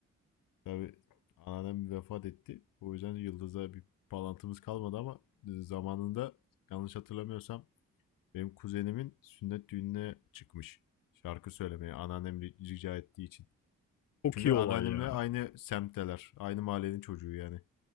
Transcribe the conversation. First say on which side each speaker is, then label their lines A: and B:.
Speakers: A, on the left; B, on the left.
A: Tabii anneannem vefat etti. O yüzden Yıldız'a bir bağlantımız kalmadı ama zamanında yanlış hatırlamıyorsam Benim kuzenimin sünnet düğününe çıkmış. Şarkı söylemeye anneannem ri- rica ettiği için.
B: Çok
A: Çünkü
B: iyi
A: anneannemle
B: olay ya.
A: aynı semtteler. Aynı mahallenin çocuğu yani.